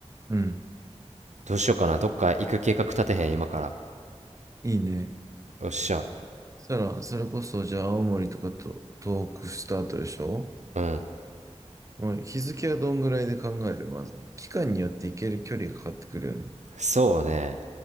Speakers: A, on the right; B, on the right.
A: うん。
B: どうしようかな。どっか行く計画立てへん、今から。
A: いいね。
B: よっしゃ。
A: そしたら、それこそ、じゃあ、青森とかと東北した後でしょ
B: うん。
A: もう日付はどんぐらいで考えるまず。期間によって行ける距離が変わってくるよね。
B: そうね。